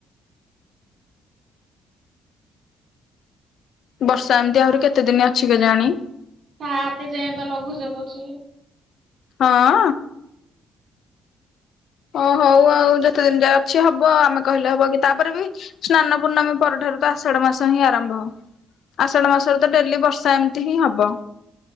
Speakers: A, on the left; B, on the right.
A: ବର୍ଷା ଏମିତି ଆହୁରି କେତେ ଦିନ ଅଛି କେଜାଣି
B: ସାତେ ଯାଏଁ ବା ଲଘୁଚାପ ଅଛି।
A: ହଁ ଓଁ ହଉ ଆଉ ଯେତେ ଦିନ ଯାଏ ଅଛି ହବ ଆମେ କହିଲେ ହବ କି ତାପରେ ବି ସ୍ନାନ ପୂର୍ଣ୍ଣମୀ ପରଠାରୁ ତ ଆଷଢ ମାସ ହିଁ ଆରମ୍ଭ। ଆଷାଢ ମାସରେ ତ ଡେଲି ବର୍ଷା ଏମିତି ହିଁ ହବ।